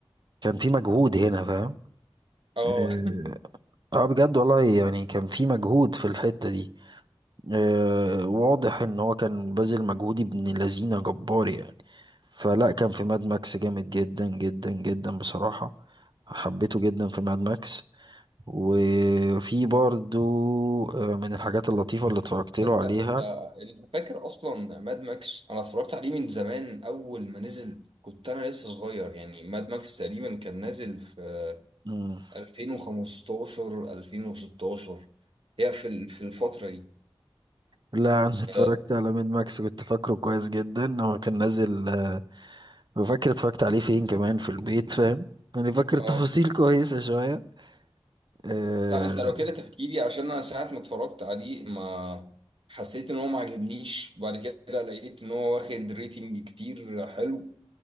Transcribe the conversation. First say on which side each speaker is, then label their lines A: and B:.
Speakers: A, on the right; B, on the right.
A: كان في مجهود هنا فاهم
B: اه
A: اه آه، بجد والله يعني كان في مجهود في الحته دي آه، واضح ان هو كان باذل مجهود ابن لذينه جبار يعني فلا كان في ماد ماكس جامد جدا جدا جدا بصراحة حبيته جدا في ماد ماكس وفي برضو آه، من الحاجات اللطيفة اللي اتفرجت
B: <laughs>
A: له
B: انت
A: عليها
B: انت انت فاكر اصلا ماد ماكس انا اتفرجت عليه من زمان اول ما نزل كنت انا لسه صغير يعني ماد ماكس تقريبا كان نازل في
A: مم.
B: 2015 2016 هي في ال- في الفترة دي
A: لا انا <laughs> اتفرجت
B: اه
A: على ماد ماكس كنت فاكره كويس جدا هو كان نازل آه، فاكر اتفرجت عليه فين كمان في البيت فاهم يعني فاكر <laughs> تفاصيل
B: آه.
A: كويسة شوية آه،
B: لا انت لو كده تحكي لي عشان انا ساعة ما اتفرجت عليه ما حسيت ان هو ما عجبنيش بعد كده لقيت ان هو واخد ريتنج كتير حلو